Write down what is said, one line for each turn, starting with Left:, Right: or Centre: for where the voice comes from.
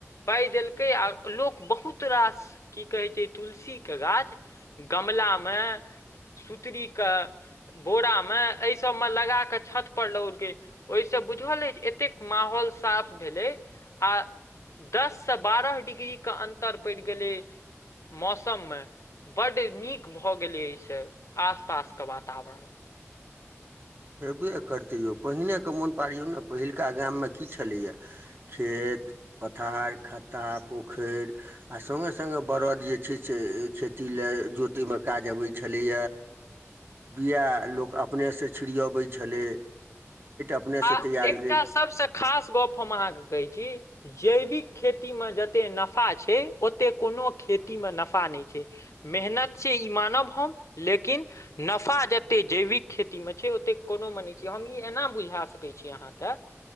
Left: पाइ देलकै आ लोक बहुत रास की कहैत छै तुलसी के गाछ गम गमला मे सूत्री कऽ बोरा मे एहि सभ मे लगा कऽ छतपर लगलकै ओहिसँ बुझल अछिइ जे एतेक माहौल साफ भेलै आ दससँ बारह डिग्री के अन्तंर पड़ि गेलै मौसम मे बड्ड नीक भऽ गेलै एइ स आस पास के वातावरण
Right: हेबे करतै यौ पहिने के मोन पारियौ ने पहिलका गाम म की छलैए खेत खेत पथार खत्ता पोखरि आ संगे संगे बरद जे छै से खेत जोतै म काज अबैए छलए बिया लोक अपने से छिड़ियबैय छलै अपनेसँ
Left: आ
Right: तैयार
Left: एकटा सबसँ खास गप्प हम अहाँ क कहै छी जैविक खेती में जतेक नफा छै ओते कोनो खेती में नफा नहि छै में मेहनत छिए ई मानब हम लेकिन नफा जतै जैविक खेती में छै ओत कोनो हम ई एना बुझा सकै छी अहाँ कऽ